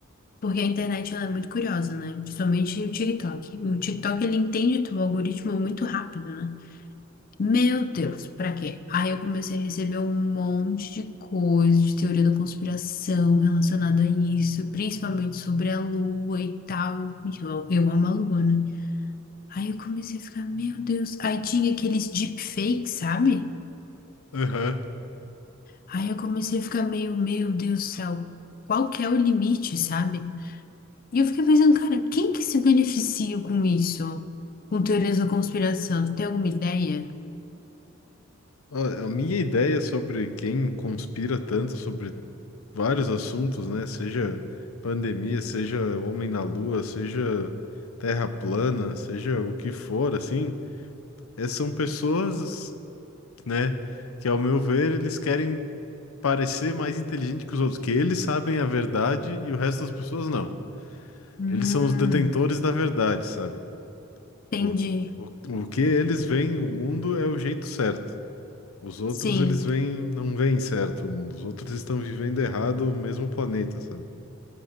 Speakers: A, on the left (about 40°); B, on the left (about 85°).
A: Porque a internet ela é muito curiosa, né? Principalmente o TikTok. O TikTok ele entende teu algoritmo muito rápido, né? Meu Deus, pra quê? Aí eu comecei a receber um monte de coisa de teoria da conspiração relacionada a isso, principalmente sobre a lua e tal. E Eu, eu amo a lua, né? Aí eu comecei a ficar, meu Deus. Aí tinha aqueles deepfakes, sabe?
B: aham.
A: Aí eu comecei a ficar meio, meu Deus do céu, qual que é o limite, sabe? E eu fiquei pensando, cara, quem que se beneficia com isso? Com teorias da conspiração? Você tem alguma ideia?
B: Ó, A minha ideia sobre quem conspira tanto sobre vários assuntos, né? Seja pandemia, seja homem na lua, seja terra plana, seja o que for, assim, é, são pessoas, né, que ao meu ver, eles querem parecer mais inteligente que os outros, que eles sabem a verdade e o resto das pessoas não.
A: Hum,
B: Eles são os detentores da verdade, sabe?
A: entendi.
B: Pô, o, o que eles veem o mundo é o jeito certo. Os outros,
A: Sim.
B: eles veem, não veem certo o mundo. Os outros estão vivendo errado o mesmo planeta, sabe?